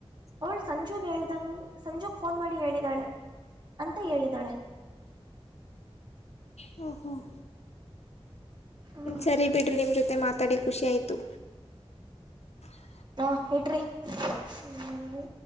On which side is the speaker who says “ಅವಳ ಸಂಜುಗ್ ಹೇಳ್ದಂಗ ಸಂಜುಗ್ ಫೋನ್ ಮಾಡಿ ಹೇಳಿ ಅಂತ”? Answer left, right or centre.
Right